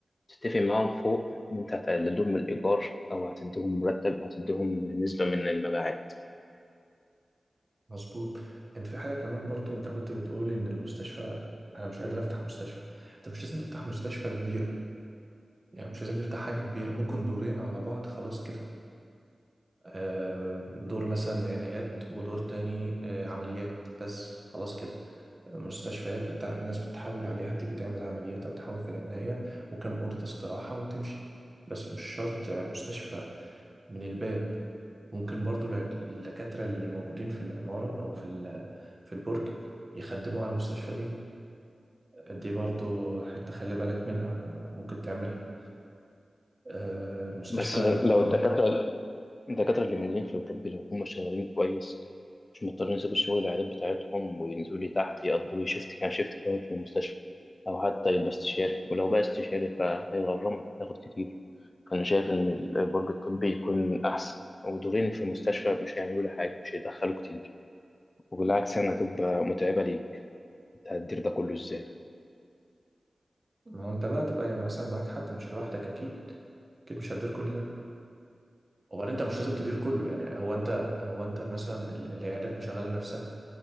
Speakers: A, on the left (about 45°); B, on the right (about 40°).
A: تتفق معاهم فوق إن أنت هتقللهم الإيجار أو هتديهم مرتب أو هتديهم نسبة من المبيعات
B: مظبوط انت في حاجه كمان برضو انت كنت بتقول ان المستشفى انا مش قادر افتح مستشفى انت مش لازم تفتح مستشفى كبيره يعني مش لازم تفتح حاجه كبيره ممكن دورين على بعض خلاص كده آه، دور مثلا عنايات ودور تاني آه، عمليات بس خلاص كده مستشفيات بتاع الناس بتحاول عليها تيجي تعمل عمليات او تحاول في العنايه وكم اوضه استراحه وتمشي بس مش شرط مستشفى من الباب ممكن برضو الع- الدكاترة اللي موجودين في العمارة أو في ال- في البرج يخدموا على المستشفى دي دي برضو حتة خلي بالك منها ممكن تعملها آه، المستشفى
A: بس لو الدكاترة
B: اه
A: الدكاترة اللي موجودين في الطب لو هم شغالين كويس مش مضطرين يسيبوا الشغل العيادات بتاعتهم وينزلوا لي تحت يقضوا لي شيفت كان شيفت كمان في المستشفى أو حتى يبقى استشاري ولو بقى استشاري فهيغرمك هياخد كتير أنا شايف إن البرج الطبي يكون أحسن ودورين في المستشفى مش هيعملوا لي حاجة مش هيدخلوا كتير وبالعكس يعني هتبقى متعبة ليك أنت هتدير ده كله إزاي؟
B: ما هو انت بقى تبقى يعني مثلا معاك حد مش لوحدك اكيد اكيد مش هتدير كل ده وبعدين انت مش لازم تدير كله يعني هو انت هو انت مثلا ال- العيادات مشغله نفسها